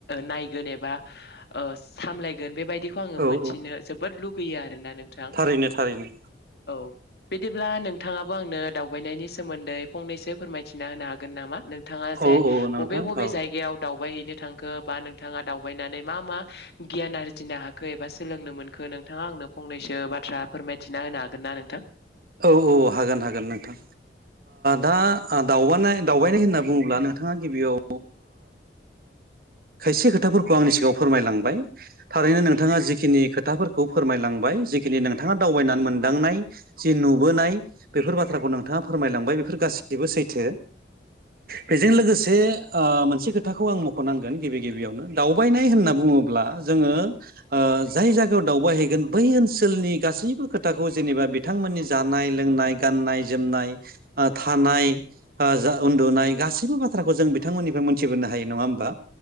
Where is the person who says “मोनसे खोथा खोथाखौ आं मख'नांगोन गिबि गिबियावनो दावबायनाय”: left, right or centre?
Right